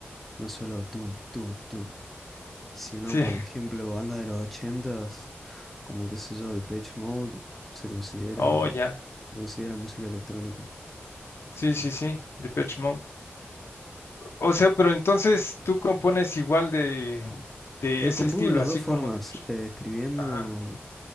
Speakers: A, in the centre; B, on the left (about 70°).
A: no solo tun, tun, tun, sino
B: Sí,
A: por ejemplo, bandas de los ochentas, como qué sé yo, Depeche Mode, se considera,
B: oh, ya,
A: se considera música electrónica.
B: sí, sí, sí, Depeche Mode. O sea, pero entonces tú compones igual de, de
A: Eh,
B: ese
A: compongo
B: estilo,
A: de las
B: así
A: dos formas,
B: como de, pues,
A: eh, escribiendo.
B: ajá.